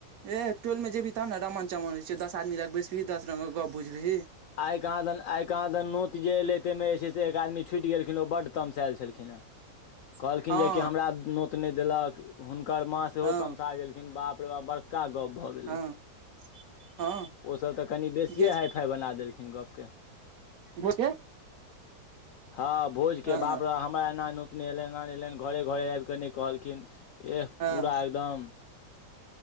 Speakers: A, on the right; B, on the left.
A: ए टोल में जेबही त ने रामण चमनइ छै दश आदी लग बैसबही दस रंगग गप बुझबही
B: आइ कहाँ दन आइ कहाँ दन नोत जे एलै ताहिमे जे छय से एक आदमी छूटि गेलखिन ओ बड तमस आय छलखिन हँ
A: <inaudible>
B: कहलखिन
A: हँ
B: जे कि हमरा नोत नय देलक हुनकर माँ सेहो
A: हँ
B: तमसा गेलखिन बाप रे बाप ब्र का गप भऽ गेले
A: हँ हँ
B: ओ सब तऽ कनि बेसीए
A: गेस
B: हाई फाई बना दे गप के
A: गोटे
B: हाँ भोज के
A: हँ
B: बाद अहाँ हमरा एना नोत न एले एना न एले घरे घरे आबि के नय कहलखिन एह
A: हँ
B: पूरा एकदम